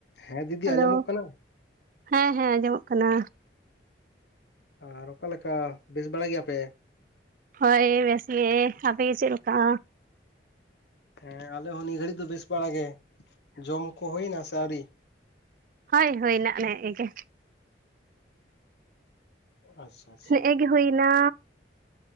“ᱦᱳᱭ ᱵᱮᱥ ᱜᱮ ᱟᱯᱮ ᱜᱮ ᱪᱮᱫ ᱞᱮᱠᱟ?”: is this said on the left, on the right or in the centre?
Right